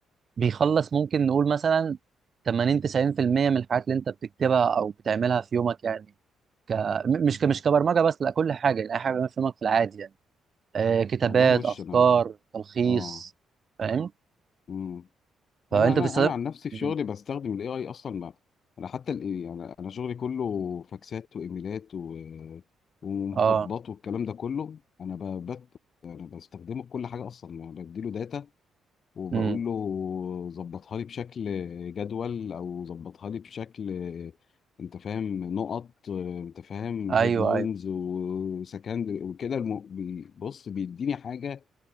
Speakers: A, on the right; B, on the left.
A: بيخلص ممكن نقول مثلا 80 90% من الحاجات اللي انت بتكتبها او بتعملها في يومك يعني ك... م- مش ك... مش كبرمجه بس لا كل حاجه يعني اي حاجه بتعملها في يومك في العادي يعني آه كتابات
B: والله وش
A: افكار
B: انا
A: تلخيص
B: اه
A: فاهم
B: امم
A: فانت
B: انا انا
A: بتستخدم
B: انا عن نفسي في
A: مم.
B: شغلي بستخدم الاي اي اصلا ما انا حتى الاي يعني انا شغلي كله فاكسات وايميلات و... ومخططات
A: اه
B: والكلام ده كله انا ب... بت... انا بستخدمه في كل حاجه اصلا ما بديله داتا وبقول
A: امم
B: له ظبطها لي بشكل جدول او ظبطها لي بشكل انت فاهم نقط انت فاهم
A: ايوه
B: هيدلاينز
A: ايوه
B: وسكند وكده الم... بي- بص بيديني حاجه